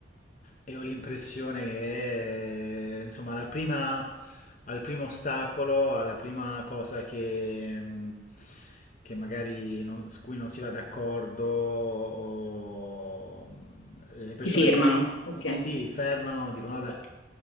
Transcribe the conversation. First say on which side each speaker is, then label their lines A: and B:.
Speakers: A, on the left (about 40°); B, on the left (about 85°).
A: e ho l'impressione che, eh, insomma, alla prima, al primo ostacolo, alla prima cosa che, mh, che magari non- su cui non si va d'accordo, o, mh, le persone
B: Si fermano,
A: te-
B: ok.
A: si fermano, dicono, vabbè,